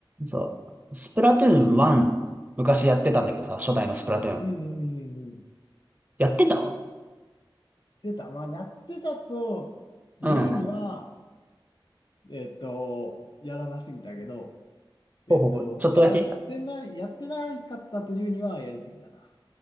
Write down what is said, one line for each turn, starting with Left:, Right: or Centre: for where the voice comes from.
Right: そう。スプラトゥーン1、昔やってたんだけどさ、初代のスプラトゥーン。
Left: うんうんうんうん。
Right: やってた
Left: 出た。まあ、やってたと言うには、
Right: うん。
Left: えっと、やらなすぎたけど、えっと、
Right: ほうほうほう。ちょっとだけ
Left: やってない、やってないかったと言うには、やりすぎたな。